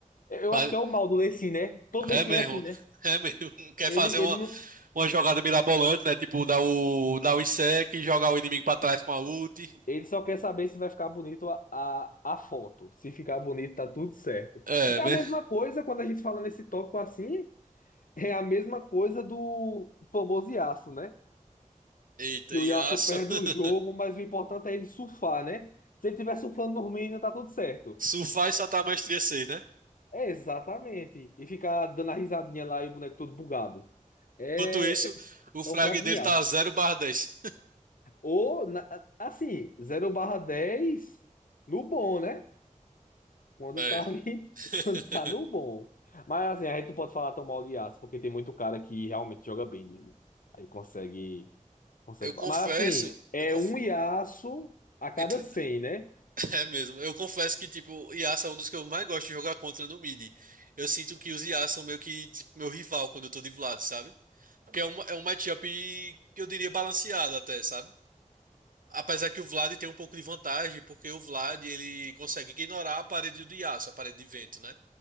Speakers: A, on the left; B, on the right.
A: Eu eu
B: Pa-
A: acho que é o mal do Lee Sin, né? Todo
B: É
A: Lee Sin
B: mesmo.
A: é assim, né?
B: <laughs> É mesmo. Quer
A: Ele,
B: fazer uma,
A: ele não,
B: uma jogada mirabolante, né? Tipo, dar o, dar o Insect e jogar o inimigo pra trás com a ult.
A: Ele só quer saber se vai ficar bonito a, a, a foto. Se ficar bonito, tá tudo certo.
B: É,
A: É
B: né?
A: a mesma coisa quando a gente fala nesse tópico assim, é a mesma coisa do famoso Yasuo, né?
B: Eita,
A: Que
B: Yasuo.
A: o Yasuo perde
B: <laughs>
A: o jogo, mas o importante é ele surfar, né? Se ele tiver surfando no minions, tá tudo certo.
B: Surfar e soltar a maestria seis, né?
A: É exatamente. E ficar dando a risadinha lá e o boneco todo bugado. É,
B: Enquanto isso,
A: é
B: o frag
A: o fraco
B: dele
A: do Yasuo.
B: tá 0 dez.
A: Ou, na- assim, zero barra 10 no bom, né? Quando
B: É.
A: tá ali,
B: <laughs>
A: <laughs> quando tá no bom. Mas assim, a gente não pode falar tão mal de aço, porque tem muito cara que realmente joga bem dele. Aí consegue, consegue.
B: Eu confesso,
A: fa- Mas assim, é
B: eu conf...
A: um Yasuo a cada
B: entre-
A: cem né?
B: <laughs> é mesmo, eu confesso que tipo, Yasuo é um dos que eu mais gosto de jogar contra no mid. Eu sinto que os Yasuo são meio que tipo, meu rival quando eu tô de Vlad, sabe? Porque é um, é um matchup que eu diria balanceado até, sabe? Apesar que o Vlad tem um pouco de vantagem, porque o Vlad ele consegue ignorar a parede do Yasuo, a parede de vento, né?